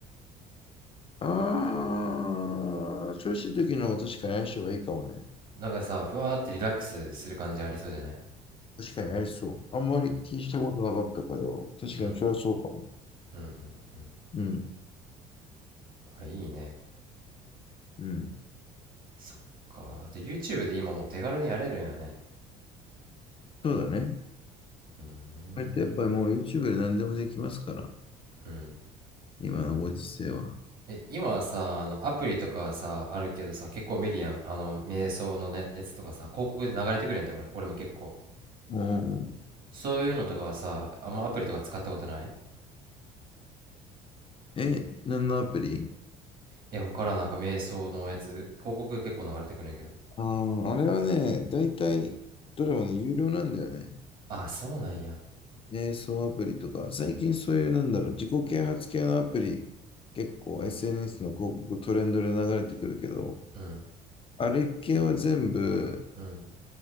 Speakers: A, on the left; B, on the right.
A: あー、調子いい時の方が確かに相性がいいかもね。
B: なんかさ、ふわーってリラックスする感じありそうじゃない
A: 確かにありそう。あんまり気にしたことなかったからよ。
B: うん、
A: 確かにそれはそうかも。
B: うん、うん、うん。
A: うん、
B: あ、いいね。
A: うん。
B: そっか。で、YouTube で今もう手軽にやれるんやね。
A: そうだね。
B: うーん、
A: これってやっぱりもう YouTube で何でもできますから、
B: うん。
A: 今のご時世は。
B: え、今はさ、あの、アプリとかはさ、あるけどさ、結構見るやん。あの、瞑想のね、やつとかさ、広告で流れてくるやんって、俺、俺も結構。
A: も
B: そういうのとかはさ、あんまアプリとか使ったことない
A: うえ、何のアプリ
B: いや、わからん、なんか瞑想のやつ、広告結構流れてくるんやけど。
A: ああ、あれはね、だいたいどれもね、有料なんだよね。
B: あ、そうなんや。
A: 瞑想アプリとか、最近そういうなんだろう、自己啓発系のアプリ、結構 SNS の広告トレンドで流れてくるけど、
B: うん、
A: あれ系は全部
B: うん、